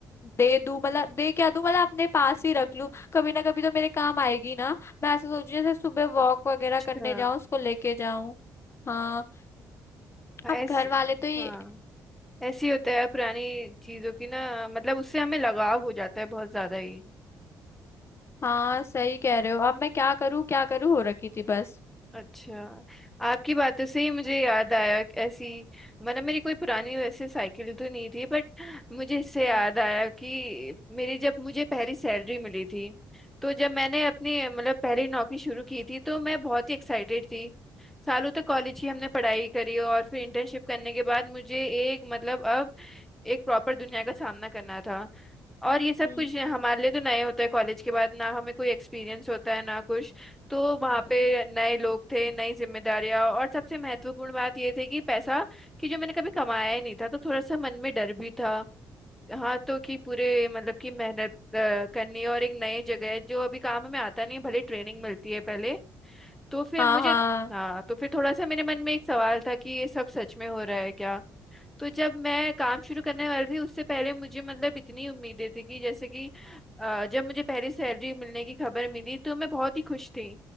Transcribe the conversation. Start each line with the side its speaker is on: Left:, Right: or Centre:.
Left: दे दूं मतलब दे क्या दूं मतलब अपने पास ही रख लूं कभी ना कभी तो मेरे काम आएगी ना मैं ऐसे सोच रही हूं, जैसे सुबह वॉक वगैरह
Centre: अच्छा
Left: करने जाऊं उसको लेके जाऊं हाँ
Centre: ऐस
Left: अब घर वाले तो ये
Centre: हाँ ऐसे ही होता है पुरानी चीजों की ना मतलब उससे हमें लगाव हो जाता है बहुत ज्यादा ही
Left: हाँ सही कह रहे हो अब मैं क्या करूँ क्या करूँ हो रखी थी बस
Centre: अच्छा आपकी बातों से ही मुझे याद आया कि ऐसी मतलब मेरी कोई पुरानी वैसे साइकिल तो नहीं थी बट मुझे इससे
Left: हम्म
Centre: याद आया कि मेरी जब मुझे पहली सैलरी मिली थी तो जब मैंने अपनी मतलब पहली नौकरी शुरू की थी तो मैं बहुत ही एक्साइटेड थी सालों तक कॉलेज ही हमने पढ़ाई करी और फिर इंटर्नशिप करने के बाद मुझे एक मतलब अब एक प्रॉपर दुनिया का सामना करना था और ये सब
Left: हम्म
Centre: कुछ हमारे लिए तो नए होता है कॉलेज के बाद ना हमें कोई एक्सपीरियंस होता है ना कुछ तो वहाँ पे नए लोग थे नई जिम्मेदारियां और सबसे महत्वपूर्ण बात ये थी कि पैसा कि जो मैंने कभी कमाया ही नहीं था तो थोड़ा सा मन में डर भी था हाँ तो कि पूरे मतलब कि मेहनत अ, करनी है और एक नई जगह है जो अभी काम में आता नहीं है भले ट्रेनिंग मिलती है पहले तो फिर
Left: हाँ
Centre: मुझे
Left: हाँ
Centre: हाँ तो फिर थोड़ा सा मेरे मन में एक सवाल था कि ये सब सच में हो रहा है क्या तो जब मैं काम शुरू करने वाली थी उससे पहले मुझे मतलब इतनी उम्मीदें थी कि जैसे कि अ, जब मुझे पहली सैलरी मिलने की खबर मिली तो मैं बहुत ही खुश थी